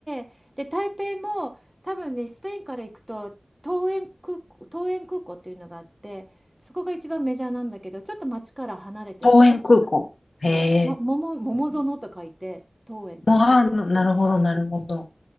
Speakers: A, on the right; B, on the left.
A: てで台北も多分ねスペインから行くと桃園空港、桃園空港っていうのがあってそこが一番メジャーなんだけどちょっと街から離れて
B: 桃園空港。
A: そうも桃、
B: へえ。
A: 桃園と書いて桃園っていうそ
B: もう、あー、ななるほど、なるほど。